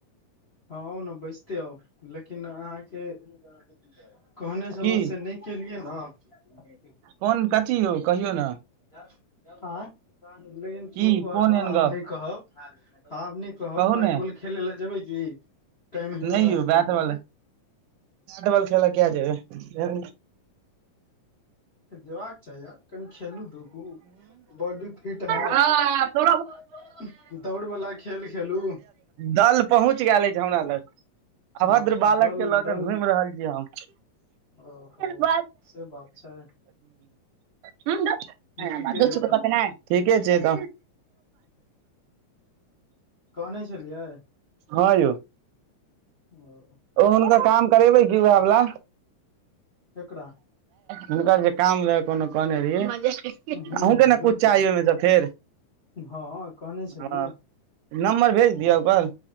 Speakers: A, on the left; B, on the right.
A: आउ ने बैसते आउ लेकिन अहाँ। के कहने छलहुँ
B: की
A: से नहि केलियै ने।
B: कोन कथी यौ कहियौ ने।
A: तऽ आ लेकिन छोड़ू
B: की
A: हटाउ
B: कोन एहन
A: आब
B: गप
A: नहि कहब आब नहि कहब।
B: कहू ने
A: खेले लए जेबै की टाइम हेवला
B: नहि
A: है
B: यौ
A: अपना
B: बैट
A: सभके
B: बॉल बॉल खेल किया जेबै
A: जेबाक चाही, आर कनि खेलू धूपू बॉडी फिट हेत।
B: हैया
A: दौड़ वला खेल खेलू।
B: दल पहुँच गेल छी हमरा लग।
A: हँ
B: अभद्र
A: तऽ
B: बालके
A: दल
B: लऽ
A: दल
B: के घुमि रहल छी हम।
A: ओहो
B: ब
A: से बात छै
B: <unintelligible>
A: ठीके छै तब
B: ठीके छै, त।
A: कहालिए छलियै।
B: हँ, यौ।
A: आ
B: ओ हुनकर काम करेबे कि उएह वला
A: केकरा
B: हुनकर जे काम रहै कोनो कहने रहै। हमहूँ
A: ह ह
B: ने
A: बिलकुल
B: किछु चाही ओहिमे सँ फेर
A: हँ कहने छलियै
B: ह। नम्बर भेज दिअऽ ओकर।